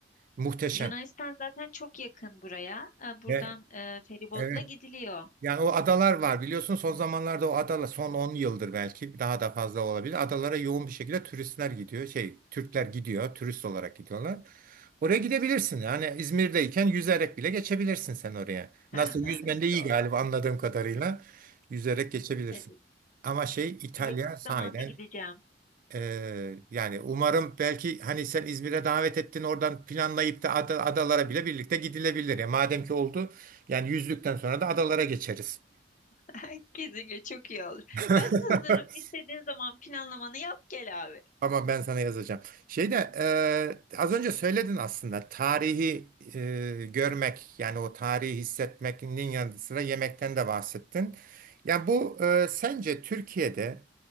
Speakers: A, on the right; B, on the left.
A: Muhteşem.
B: Yunanistan zaten çok yakın buraya. Ee, Buradan
A: Ve
B: e, feribotla
A: evet.
B: gidiliyor.
A: Yani o adalar var biliyorsun son zamanlarda o adalar son on yıldır belki daha da fazla olabilir. Adalara yoğun bir şekilde turistler gidiyor. Şey Türkler gidiyor turist olarak gidiyorlar. Oraya gidebilirsin. Yani İzmir'deyken yüzerek bile geçebilirsin sen oraya.
B: <laughs>
A: Nasıl yüzmen de iyi
B: Doğru.
A: galiba anladığım kadarıyla. Yüzerek geçebilirsin.
B: Evet.
A: Ama şey İtalya
B: Yakın
A: sahiden
B: zamanda gideceğim.
A: eee, yani umarım belki hani sen İzmir'e davet ettin oradan planlayıp da ada- adalara bile birlikte gidilebilir. Ya madem ki oldu yani yüzdükten sonra da adalara geçeriz.
B: <laughs> Kesinlikle çok iyi olur.
A: <laughs>
B: Ben hazırım. İstediğin zaman planlamanı yap gel abi.
A: ama ben sana yazacağım. Şeyde e, az önce söyledin aslında tarihi e, görmek yani o tarihi hissetmenin yanı sıra yemekten de bahsettin. Yani bu e, sence Türkiye'de